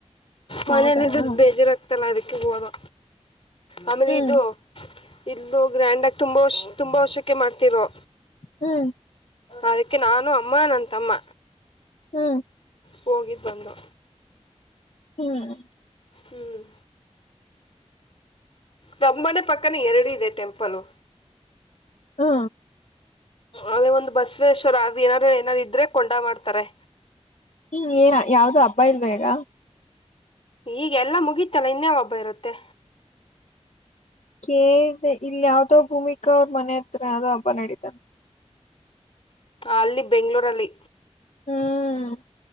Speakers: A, on the left; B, on the left.
A: ಮನೇಲ್ಲ
B: ಹೌದಾ
A: ಇದಿದ್ದ್ ಬೇಜಾರಾಗ್ತಲ್ಲ ಅದಕ್ಕೆ ಹೋದ ಆಮೇಲೆ
B: ಹ್ಮ್
A: ಇದು ಇದು ಗ್ರ್ಯಾಂಡ್ ಆಗ ತುಂಬಾ ವರ್ಷ ತುಂಬಾ ವರ್ಷಕ್ಕೆ ಮಾಡ್ತಿರೋ
B: ಹ್ಮ್
A: ಅದಕ್ಕೆ ನಾನು ಅಮ್ಮ ನನ್ನ ತಮ್ಮ
B: ಹ್ಮ
A: ಹೋಗಿದ್ದು ಬಂದು
B: ಹ್ಮ್
A: ಹ್ಮ್ ನಮ್ಮ ಮನೆ ಪಕ್ಕನ ಎರಡು ಇದೆ ಟೆಂಪಲು.
B: ಹಾ
A: ಅದೇ ಒಂದು ಬಸವೇಶ್ವರ್ ಅದು ಏನಾರ ಏನಾರ ಇದ್ರೆ ಕೊಂಡಾ ಮಾಡ್ತಾರೆ.
B: ಹ್ಮ್ ಏನ ಯಾವದೋ ಹಬ್ಬ ಇಲ್ವಾ ಈಗ.
A: ಈಗೆ ಎಲ್ಲಾ ಮುಗೀತಲ್ಲ ಇನ್ನುಯವ್ ಹಬ್ಬ ಇರುತ್ತೆ
B: ಕೇಳಿದೆ ಇಲ್ಲಿ ಯಾವ್ದೋ ಭೂಮಿಕ ಅವ್ರ ಮನೆ ಹತ್ರ ಯಾವೋ ಹಬ್ಬ ನಡೀತಾನ
A: ಅಲ್ಲಿ ಬೆಂಗ್ಳೂರ ಅಲ್ಲಿ
B: ಹ್ಮ್